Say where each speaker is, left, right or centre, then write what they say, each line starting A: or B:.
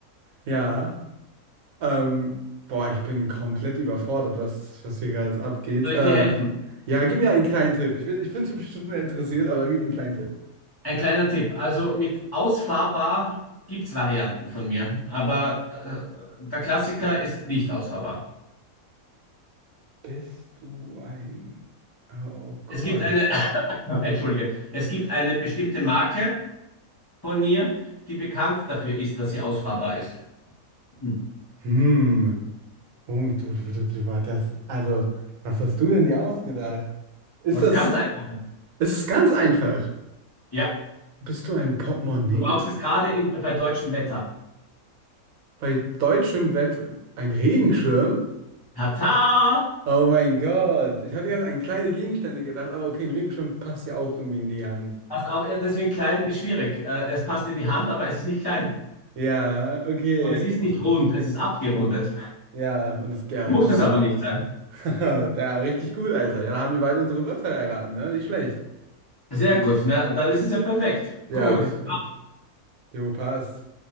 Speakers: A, on the right; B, on the left.
A: Ja. Ähm, boah, ich bin komplett überfordert, was, was hier gerade abgeht.
B: Soll
A: Äh,
B: ich dir helfen?
A: ja, gib mir einen kleinen Tipp. Ich will, ich bin schon sehr interessiert, aber gib mir einen kleinen Tipp.
B: Ein kleiner Tipp. Also mit ausfahrbar gibt es Varianten von mir. Aber äh, der Klassiker ist nicht ausfahrbar.
A: Bist du ein... Oh Gott.
B: Es gibt eine, <coughs> entschuldige, es gibt eine bestimmte Marke von mir, die bekannt dafür ist, dass sie ausfahrbar ist. Hm.
A: Hm. Oh, du, du, du, du, das, also, was hast du denn dir ausgedacht? Ist
B: Was
A: das,
B: ganz einfach.
A: ist es ist ganz einfach.
B: Ja.
A: Bist du ein Portemonnaie?
B: Du brauchst es gerade in, bei deutschem Wetter.
A: Bei deutschem Wett ein Regenschirm?
B: Tata!
A: Oh mein Gott. Ich hatte jetzt an kleine Gegenstände gedacht, aber okay, ein Regenschirm passt ja auch irgendwie in die Hand.
B: Passt auch, ja, deswegen klein ist schwierig. Äh, es passt in die Hand, aber es ist nicht klein.
A: Ja, okay.
B: Und es ist
A: Oh,
B: nicht rund, es ist abgerundet.
A: ja, und das, ja,
B: Muss
A: kann man.
B: es aber nicht sein.
A: <laughs> Da, richtig gut, Alter. Ja, da haben wir beide unsere Wörter erraten, ne? Nicht schlecht.
B: Sehr gut, na, dann ist es ja perfekt.
A: Ja,
B: Gut.
A: perfekt. Jo, passt.